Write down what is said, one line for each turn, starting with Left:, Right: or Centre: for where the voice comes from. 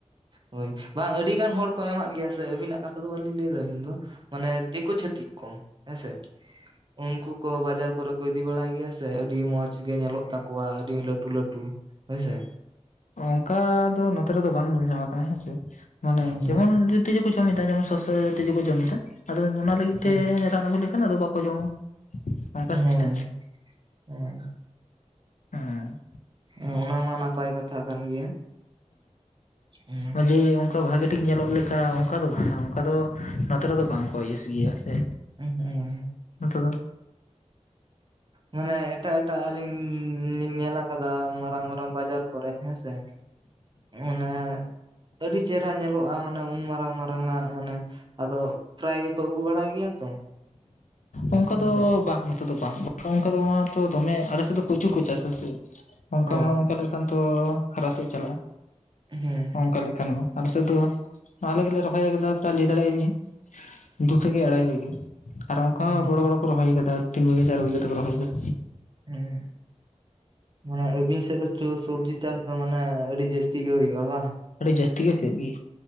Right: ᱦᱳᱭ, ᱵᱟᱝ ᱟᱹᱰᱤ ᱜᱟᱱ ᱦᱚᱲ ᱠᱚ ᱮᱢᱟᱜ ᱜᱮᱭᱟ ᱥᱮ ᱟᱹᱵᱤᱱᱟᱜ ᱠᱟᱛᱷᱟ ᱫᱚ ᱵᱟᱞᱤᱧ ᱞᱟᱹᱭ ᱮᱫᱟ᱾ ᱦᱩᱸ, ᱢᱟᱱᱮ ᱫᱤᱠᱩ ᱪᱷᱟᱹᱛᱤᱠ ᱠᱚ᱾ ᱦᱮᱸ ᱥᱮ ᱩᱱᱠᱩ ᱠᱚ ᱵᱟᱡᱟᱨ ᱠᱚᱨᱮ ᱠᱚ ᱤᱫᱤ ᱵᱟᱲᱟᱭ ᱜᱮᱭᱟ ᱥᱮ ᱟᱹᱰᱤ ᱢᱚᱸᱡᱽ ᱜᱮ ᱧᱮᱞᱚᱜ᱾ ᱛᱟᱠᱚᱣᱟ ᱟᱹᱰᱤ ᱞᱟᱹᱴᱩ ᱞᱟᱹᱴᱩ ᱦᱳᱭ ᱥᱮ᱾
Left: ᱚᱝᱠᱟ ᱫᱚ ᱱᱚᱛᱮ ᱨᱮᱫᱚ ᱵᱟᱝ ᱧᱮᱞ ᱧᱟᱢ ᱟᱠᱟᱱᱟ ᱦᱮᱸ ᱥᱮ᱾ ᱢᱟᱱᱮ
Right: ᱦᱩᱸ
Left: ᱡᱮᱢᱚᱱ ᱡᱩ ᱛᱤᱡᱩ ᱠᱚ ᱡᱚᱢᱮᱫᱟ ᱡᱮᱢᱚᱱ ᱥᱚᱥᱚ ᱛᱤᱡᱩ ᱠᱚ ᱡᱚᱢᱮᱫᱟ᱾ ᱟᱫᱚ ᱚᱱᱟ ᱞᱟᱹᱜᱤᱫ
Right: ᱦᱩᱸ
Left: ᱛᱮ ᱨᱟᱱ ᱟᱹᱜᱩ ᱞᱮᱠᱷᱟᱱ ᱟᱫᱚ ᱵᱟᱠᱚ ᱡᱚᱢᱟ, ᱚᱝᱠᱟ ᱥᱤᱥᱴᱮᱢ᱾
Right: ᱦᱳᱭ ᱦᱳᱭ
Left: ᱦᱩᱸ᱾
Right: ᱚ, ᱚᱱᱟ ᱢᱟ ᱱᱟᱯᱟᱭ ᱠᱟᱛᱷᱟ ᱠᱟᱱ ᱜᱮᱭᱟ᱾ ᱦᱩᱸ
Left: ᱦᱚᱸ ᱡᱮ ᱚ, ᱚᱝᱠᱟ ᱵᱷᱟᱜᱮ ᱴᱷᱤᱠ ᱧᱮᱞᱚᱜ ᱞᱮᱠᱟ, ᱚᱝᱠᱟ ᱫᱚ ᱵᱟᱝ ᱫᱚ ᱵᱟ, ᱚᱝᱠᱟ ᱫᱚ ᱱᱚᱛᱮ ᱨᱮ ᱫᱚ ᱵᱟᱝ ᱠᱚ ᱤᱭᱩᱥ ᱜᱮᱭᱟ ᱥᱮ᱾
Right: <unintelligible>
Left: ᱱᱚᱛᱮ ᱫᱚ
Right: ᱢᱟᱱᱮ ᱮᱴᱟᱜ ᱮᱴᱟᱜ ᱟᱹᱞᱤᱧ ᱞᱤᱧ ᱧᱮᱞ ᱟᱠᱟᱫᱟ ᱢᱟᱨᱟᱝ ᱢᱟᱨᱟᱝ ᱵᱟᱡᱟᱨ ᱠᱚᱨᱮ ᱦᱮᱸ ᱥᱮ᱾ ᱚᱱᱟ ᱟᱹᱰᱤ ᱪᱮᱨᱦᱟ ᱧᱮᱞᱚᱜ-ᱟ ᱢᱟᱱᱮ ᱩᱱ ᱢᱟᱨᱟᱝ ᱢᱟᱨ ᱨᱟᱝᱟᱜ ᱢᱟᱱᱮ ᱟᱫᱚ ᱯᱨᱟᱭ ᱜᱮᱠᱚ ᱟᱹᱜᱩ ᱵᱟᱲᱟᱭ ᱜᱮᱭᱟ ᱛᱚ
Left: ᱚᱝᱠᱟ
Right: ᱦᱮᱸᱥᱮ
Left: ᱫᱚ ᱵᱟᱝ᱾ ᱫᱚ ᱵᱟᱝ᱾ ᱚᱝᱠᱟ ᱫᱚ ᱢᱟᱛᱚ ᱫᱚᱢᱮ ᱟᱞᱮ ᱥᱮᱫ ᱫᱚ ᱯᱨᱚᱪᱩᱨ ᱠᱚ ᱪᱟᱥᱟ ᱥᱮ, ᱚᱝᱠᱟ
Right: ᱦᱳᱭ
Left: ᱢᱟ ᱚᱝᱠᱟ ᱞᱮᱠᱷᱟᱱ ᱛᱚ ᱦᱟᱨᱟᱜ ᱥᱮᱫ ᱪᱟᱞᱟᱜ-ᱟ᱾
Right: ᱦᱩᱸ᱾
Left: ᱚᱝᱠᱟ ᱞᱮᱠᱷᱟᱱ ᱢᱟ, ᱟᱞᱮ ᱥᱮᱫ ᱫᱚ ᱟᱞᱮ ᱜᱮᱞᱮ ᱨᱚᱦᱚᱭ ᱠᱟᱫᱟ ᱯᱨᱟᱭ ᱞᱟᱹᱭ ᱫᱟᱲᱮᱭᱟᱜ-ᱟ ᱵᱤᱱ ᱫᱩ ᱛᱷᱮᱠᱮ ᱟᱲᱟᱭ ᱵᱤᱜᱷᱟᱹ ᱟᱨ ᱚᱝᱠᱟ
Right: ᱦᱮᱸ
Left: ᱦᱚᱸ ᱵᱚᱲᱚ ᱵᱚᱲᱚ ᱠᱚ ᱨᱚᱦᱚᱭ ᱠᱟᱫᱟ, ᱛᱤᱱ ᱵᱤᱜᱷᱟᱹ ᱪᱟᱨ ᱵᱤᱜᱷᱟᱹ ᱠᱟᱛᱮᱠᱚ ᱨᱚᱦᱚᱭ ᱠᱟᱫᱟ᱾
Right: ᱦᱩᱸ, ᱢᱟᱱᱮ ᱟᱹᱵᱤᱱ ᱥᱮᱫ ᱫᱚ ᱪᱩ ᱥᱚᱵᱡᱤ ᱪᱟᱥ ᱫᱚ ᱢᱟᱱᱮ ᱟᱹᱰᱤ ᱡᱟᱹᱥ ᱛᱤ ᱜᱮ ᱦᱩᱭᱩᱜ-ᱟ ᱵᱟᱝ?
Left: ᱟᱹᱰᱤ ᱡᱟᱹᱥᱛᱤ ᱜᱮ ᱦᱩᱭᱩᱜ ᱜᱮᱭᱟ,